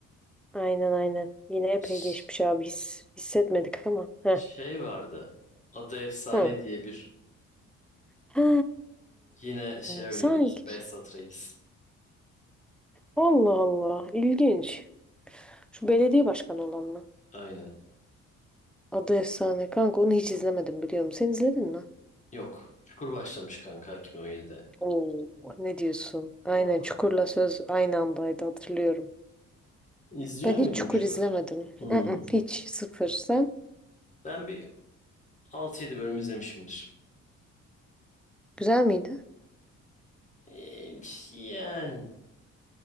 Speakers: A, in the centre; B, on the left (about 25°).
A: Aynen aynen. Yine epey
B: Ş-
A: geçmiş abi. His, hissetmedik ama. Heh.
B: Şey vardı. Adı Efsane
A: Hı.
B: diye bir
A: Ha,
B: yine şey oynuyordu
A: sanki.
B: bizim Behzat Reis.
A: Allah Allah. İlginç. Şu belediye başkanı olan mı?
B: Aynen.
A: Adı efsane. Kanka onu hiç izlemedim biliyorum. Sen izledin mi?
B: Yok. Çukur başlamış kanka 2017'de.
A: Oo, ne diyorsun? Aynen
B: Vallahi.
A: Çukur'la Söz aynı andaydı hatırlıyorum.
B: İzliyor
A: Ben hiç
B: muydun
A: Çukur
B: Çukur?
A: izlemedim.
B: Hmm.
A: Mm-mm, hiç sıfır. Sen?
B: Ben bir 6 yedi bölüm izlemişimdir.
A: Güzel miydi?
B: Ee, yani.